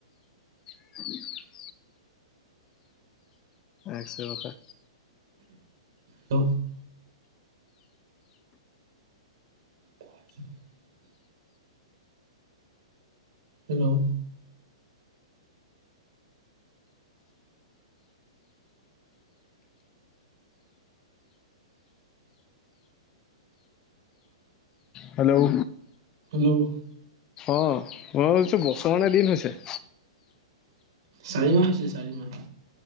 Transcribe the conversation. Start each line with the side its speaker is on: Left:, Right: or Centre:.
Left: <unintelligible> এক্স ইউ ভাষা!
Right: ত' <unintelligible> হেল্ল'!
Left: হেল্ল'!
Right: হেল্ল'!
Left: অ'মই ভাবিছোঁ, বছৰ নে দিন হৈছে!
Right: চাৰি মাহ হৈছে, চাৰি মাহ।